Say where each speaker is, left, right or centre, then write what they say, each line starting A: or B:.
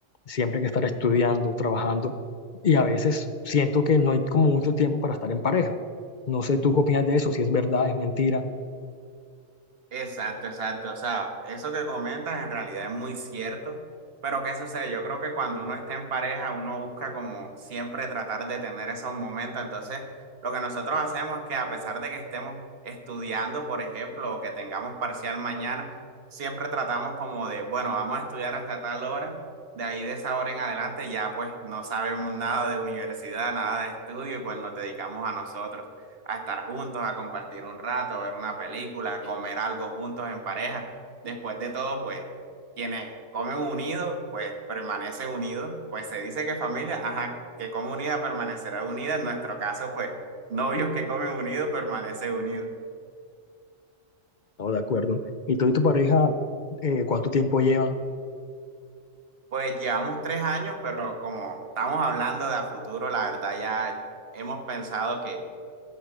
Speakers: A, on the left; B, on the right.
A: Siempre hay que estar estudiando, trabajando y a veces siento que no hay como mucho tiempo para estar en pareja. No sé tú qué opinas de eso, si es verdad, es mentira.
B: Exacto, exacto. O sea, eso que comentas en realidad es muy cierto, pero ¿qué sucede? Yo creo que cuando uno está en pareja, uno busca como siempre tratar de tener esos momentos. Entonces, lo que nosotros hacemos es que a pesar de que estemos estudiando, por ejemplo, o que tengamos parcial mañana, siempre tratamos como de, bueno, vamos a estudiar hasta tal hora, de ahí de esa hora en adelante ya pues no sabemos nada de universidad, nada de estudio y pues nos dedicamos a nosotros a estar juntos, a compartir un rato, ver una película, a comer algo juntos en pareja. Después de todo, pues quienes comen unidos, pues permanecen unidos. Pues se dice que familia, ajá, que come unida permanecerá unida. En nuestro caso, pues novios que comen unidos permanecen unidos.
A: No, de acuerdo. ¿Y tú y tu pareja eh, cuánto tiempo llevan?
B: Pues llevamos tres años, pero como estamos hablando de a futuro, la verdad ya hemos pensado que